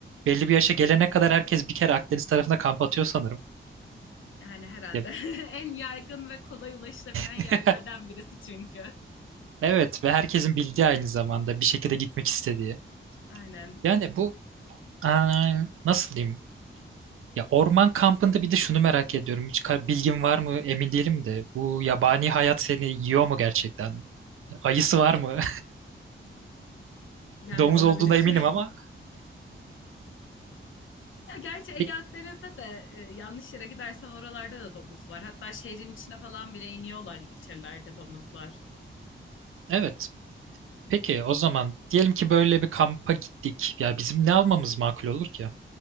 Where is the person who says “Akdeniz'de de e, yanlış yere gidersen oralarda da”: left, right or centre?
Left